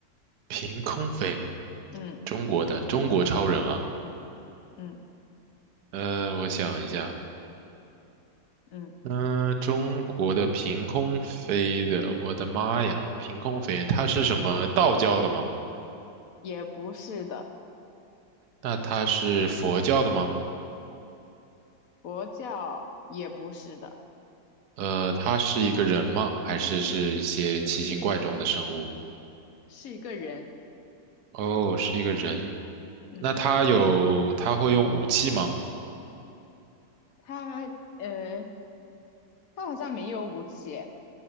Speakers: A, on the right; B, on the left.
A: 凭空飞，
B: 嗯
A: 中国的中国超人啊，
B: 嗯
A: 呃，我想一下，
B: 嗯，
A: 嗯、中国的凭空飞的，我的妈呀，凭空飞，他是什么道教的吗？
B: 也不是的，
A: 那他是佛教的吗？
B: 佛教也不是的，
A: 呃，他是一个人吗？还是是一些奇形怪状的生物？
B: 是一个人，
A: 哦，是一个人。
B: 嗯，
A: 那他有，他会用武器吗？
B: 他呃，他好像没有武器，